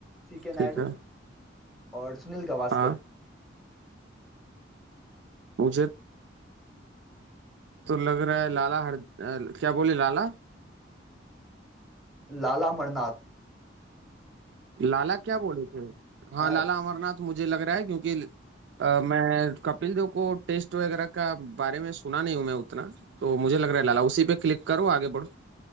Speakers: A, in the centre; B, on the right (about 65°).
A: सी के नायडू
B: ठीक है
A: और सुनील गावस्कर
B: हाँ मुझे तो लग रहा है लाला हर अ, क्या बोले लाला
A: लाला मरनाथ
B: लाला क्या बोले थे हाँ
A: अ,
B: लाला अमरनाथ मुझे लग रहा है क्योंकि अ, मैं कपिल देव को टेस्ट वगैरह का बारे में सुना नहीं हूं मैं उतना तो मुझे लग रहा है लाला उसी पे क्लिक करो आगे बढ़ो